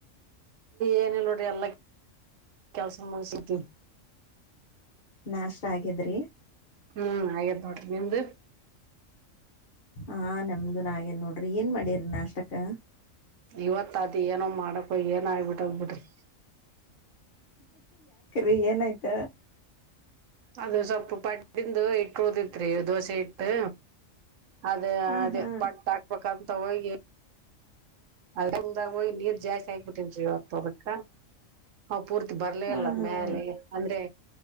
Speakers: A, on the right (about 75°); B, on the left (about 45°).
A: ಏನಲ್ ನೋ ಎಲ್ಲ ಕೆಲಸ ಮಾಡ ಸಿು
B: ನಾಷ್ಟ ಆಗಿದ್ರಿ
A: ಹ್ಮ್ ಆಯತ್ತು ನೋಟ್ರ ನೀ್ದ
B: ಹಾ ನಮ್ದು ನ ಹಾಗೇನ್ ನೋಡ್ರಿ ಏನ್ ಮಾಡಿ್ರಿ ನಾಷ್ಟಕ್ಕ
A: ಇವತ್ ಅದ್ ಏನೋ ಮಾಡಕೊ ಏನ ಆಗ್ಬಿಟ್ಟೋಗಬಿಟ್ರಿ
B: ೀ ಏನಾಯ್ತ
A: ಅದು ಸ್ವಲ್ಪ ಪಡ್ಂದು ಇಟ್ಟದಿತ್ರಿ ದೋಸೆ ಇಟ್ಟು ಅದೇ
B: ಹ
A: ಅದೇ
B: ಹಾ
A: ಪಟ್ಟ ಹಾಕ್ಬೇಕಂತ ಹೋಗಿ ದದಾಗಯಿ ನೀರ್ ಜಾಯಸ್ ಆಾಯಬಟ್ಟೇನ್ರಿ ಅತ್ ಅದಕ್ಕ ಪೂರ್ತಿ ಬರ್ಲಿ
B: ಹ
A: ಅಲ್ಲ
B: ಹಾ
A: ಮ್ಯಲೆ ಅಂದ್ರೆ